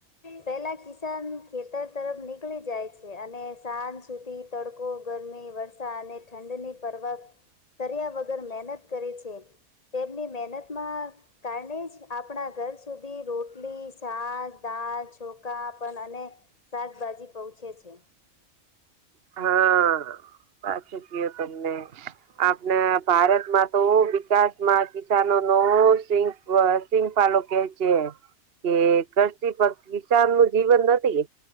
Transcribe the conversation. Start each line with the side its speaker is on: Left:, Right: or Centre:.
Left: પેલા નકસાન ખેતર તરફ નીકળી જાય છે અને સાંજ સુધી તડકો ગરમી વરસા અને ઠંડની પરવા કર્યા વગર મહેનત કરે છે તેમની મહેનતમાં કારણે જ આપણા ઘર સુધી રોટલી શાક દાળ છોખા પણન અને શાકભાજી પહુચે છે.
Right: હા સાચું કયો તમને આપણા ભારતમાં તો વિકાસમાં કિસાનો નો સ સિપાલો કે છે કે કષિ પ કિસાન નું જીવન નથી.